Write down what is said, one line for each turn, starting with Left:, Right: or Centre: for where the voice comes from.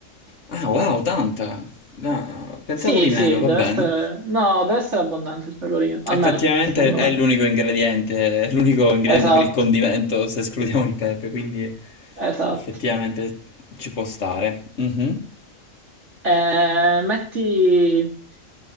Left: Ah, wow, tanta. No, pensavo
Right: Sì,
Left: di
Right: sì,
Left: meno, va
Right: deve
Left: bene.
Right: essere... No, deve essere abbondante il pecorino, almeno,
Left: Effettivamente
Right: secondo
Left: è
Right: me.
Left: l'unico ingrediente, è l'unico ingrediente
Right: Esatto,
Left: per il condimento, se escludiamo il pepe, quindi
Right: esatto.
Left: effettivamente ci può stare. Mhm.
Right: Eh, metti...